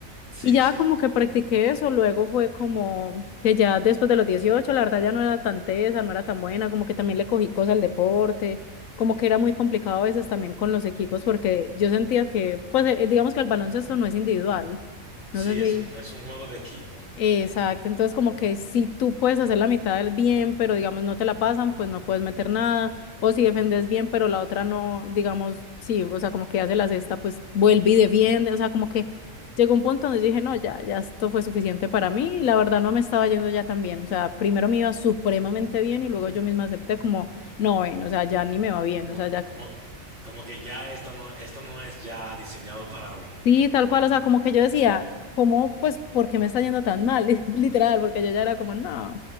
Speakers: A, on the right; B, on the left.
A: Sí,
B: Y ya
A: sí.
B: como que practiqué eso, luego fue como que ya después de los 18 la verdad ya no era tan tesa, no era tan buena, como que también le cogí cosas al deporte, como que era muy complicado a veces también con los equipos, porque yo sentía que, pues eh, digamos que el baloncesto no es individual,
A: Sí,
B: no sé si
A: es un, es un juego de equipo.
B: Exacto, entonces como que si tú puedes hacer la mitad del bien, pero digamos no te la pasan, pues no puedes meter nada, o si defendes bien, pero la otra no, digamos, sí, o sea, como que hace la cesta, pues vuelve y defiende, o sea, como que llegó un punto donde dije, no, ya, ya esto fue suficiente para mí, y la verdad no me estaba yendo ya tan bien, o sea, primero me iba supremamente bien y luego yo misma acepté como, no, ven, o sea, ya ni me va bien,
A: Como,
B: o sea, ya
A: como, como que ya esto no, esto no es ya diseñado para mí.
B: Sí, tal cual, o sea, como que yo decía, ¿cómo, pues, por qué me está yendo tan mal? <laughs> Literal, porque yo ya era como, no,